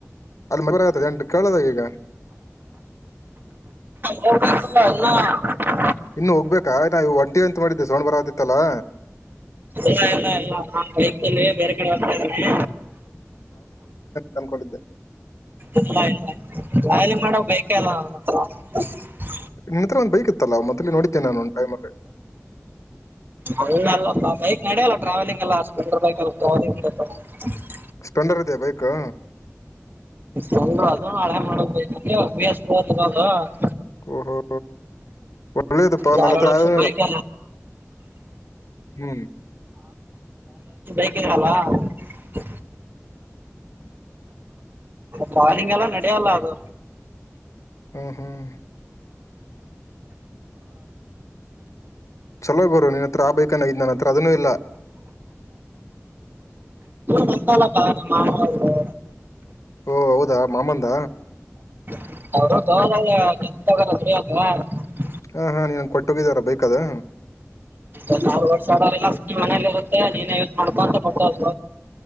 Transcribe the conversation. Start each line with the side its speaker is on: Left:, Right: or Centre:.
Left: ಅಲ್ಲಿ <unintelligible> ಎಂಟ್ ಕೇಳದ ಈಗ
Right: ಹೋಗ್ಬೇಕು ಇಲ್ಲ ಇನ್ನು
Left: ಇನ್ನು ಹೋಗ್ಬೇಕಾ ಆಯ್ತಾ ಹೊಂಟಿ ಅಂತ ಮಾಡಿದ್ದೆ ಸೌಂಡ್ ಬರ ಆತಿತ್ತಲ್ಲಾ
Right: ಇಲ್ಲ ಇಲ್ಲ ಇಲ್ಲ ನಾನ್ ಬೈಕ್ ಅಲ್ಲಿ ಬೇರೆ ಕಡೆ ಹೋಗ್ತಾಯಿದೀನಿ
Left: ತಮ್ಕೊಂಡಿದ್ದೆ
Right: ಇಲ್ಲ ಇಲ್ಲ ಲಾಯಲಿ ಮಾಡೋ <unintelligible>
Left: ನಿನ್ನ ಹತ್ರ ಒಂದ್ ಬೈಕ್ ಇತ್ತಲ್ಲ ಮೊಲ್ಲಿ ನೋಡಿದ್ದೆ ನಾನು ಒಂದ್ ಟೈಮ್ ಅಲ್ಲಿ
Right: ಹಂಗಲ್ಲ ಬೈಕ್ ನಡಲ್ಲ ಟ್ರಾವೆಲಿಂಗ್ ಎಲ್ಲ ಸ್ಪ್ಲೆಂಡರ್ ಬೈಕ್ ಅಲ್ಲಿ <unintelligible>
Left: ಸ್ಪ್ಲೆಂಡರ್ ಇದಿಯ ಬೈಕ್ಕು
Right: <unintelligible>
Left: ಓಹೋ ಒಳ್ಳೇದಪ್ಪ
Right: ಯಡದ್ವರ್ಷ
Left: ನನ್ನ ಹತ್ರ ಅದು-
Right: ಬೈಕ್
Left: ಹ್ಮ್
Right: <unintelligible> <unintelligible> ಟ್ರಾವೆಲ್ಲಿಂಗ್ ಎಲ್ಲ ನಡಿಯಲ್ಲ ಅದು
Left: ಹ್ಮ್ ಹ್ಮ್ ಚಲೋ ಗುರು ನಿನ್ನ ಹತ್ರ ಬೇಕಾನ ಇದ್ ನನ್ನ ಹತ್ರ ಅದನ್ನೂ ಇಲ್ಲ
Right: ನಂದಲ್ಲಪಾ ನಮ್ ಮಾವ ಅವರ್ದು
Left: ಓ ಹೌದಾ ಮಾಮಂದ
Right: <unintelligible>
Left: ಹ ಹಾ ನೀನ್ನ್ ಕೊಟ್ಟೋಗಿದಾರ ಬೈಕ್ ಅದು
Right: ಒಂದ್ ಆರು ವರ್ಷ ಆಡಲ್ಲ ನೀ ಮನೇಲಿ ಇರುತ್ತೆ ನೀನೇ ಯೂಸ್ ಮಾಡ್ಕೋ ಅಂತ ಕೊಟ್ಟ